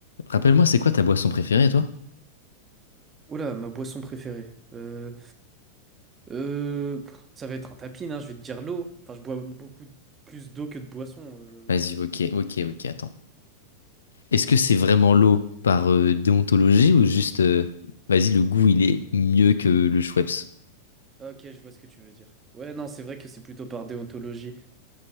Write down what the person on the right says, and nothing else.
Oula, ma boisson préférée. Euh, euh, pff, ça va être un tapis, hein, je vais te dire l'eau. Enfin, je bois beaucoup plus d'eau que de boisson. euh.
Ah, Ok, je vois ce que tu veux dire. Ouais, non, c'est vrai que c'est plutôt par déontologie.